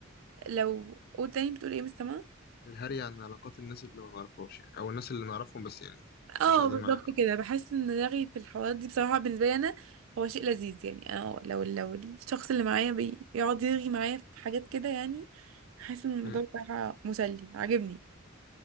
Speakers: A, on the right (about 80°); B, on the left (about 50°).
A: لو قول تاني بتقول ايه مستمع
B: الهري عن علاقات الناس اللي ما نعرفهاش يعني او الناس اللي نعرفهم بس يعني
A: اه
B: مش قاعدين
A: بالظبط
B: معانا
A: كده بحس ان رغي في الحوارات دي بصراحة بالنسبة لي انا هو شيء لذيذ يعني انا لو لو الشخص اللي معايا بيقعد يرغي معايا في حاجات كده يعني حاسس ان الموضوع
B: امم
A: بصراحة مسلي عاجبني